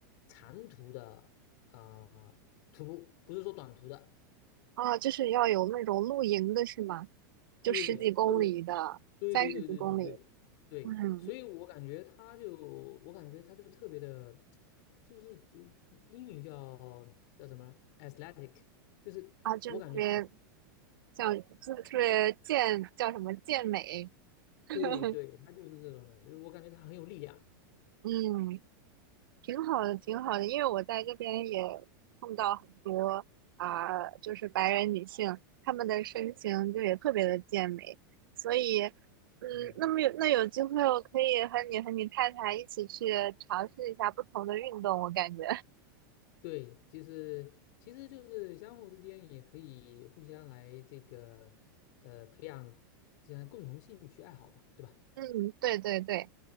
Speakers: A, on the left; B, on the right.
A: 长途的。啊、呃途，不是说短途的，
B: 啊，就是要有那种露营的是吗？就十几公里的，
A: 对，特别，对对对对对对
B: 三十几公里，嗯，
A: 对，所以我感觉他就，我感觉他就特别的，就是就英语叫叫什么 athletic，就是我感觉，
B: 啊，就特别像，就特别健，叫什么健美，<laughs>
A: 对对，他就是这种的，就是我感觉他很有力量，
B: 嗯，挺好的，挺好的，因为我在这边也碰到很多啊、就是白人女性，她们的身形就也特别的健美，所以，嗯，
A: 嗯，
B: 那么有那有机会，我可以和你和你太太一起去尝试一下不同的运动，我感觉。
A: 对，就是其实就是相互之间也可以互相来这个呃培养这样共同兴趣爱好嘛，对吧？
B: 嗯，对对对，